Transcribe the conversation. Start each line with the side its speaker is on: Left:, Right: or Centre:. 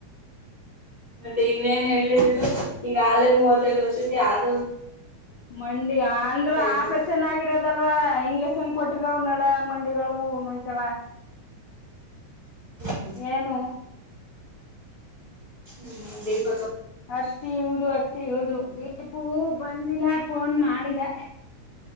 Right: ಮತ್ತೆ ಇನ್ನೇನ್ ಹೇಳು ಈಗ ಆೇ ಮೂವತ್ತೈದು ವರ್ಷಕ್ಕೆ ಆದ
Left: ಮಂಡಿ ಅಂದ್ರ
Right: ಹೇಳಿ
Left: ಆಪ್ರೇಷನ್ ಆಗಿರೋದಲ್ವಾ ಹಂಗ್ ಲೆಸನ್ ಕೊಟ್ಟಿರಾವ ನಡ ಮಂಡಿಗಳು ನೋಯ್ತಾವ
Right: ಹ್ಮ್
Left: ಏನು
Right: ಹ್ಮ್ ದೇಪ
Left: ಅಷ್ಟಿ ಇಳ್ದ ಅತ್ತಿ ಇಳ್ದ ದೀಪೂ ಬಂದಿಲ್ಲ ಫೋನ್ ಮಾಡಿದ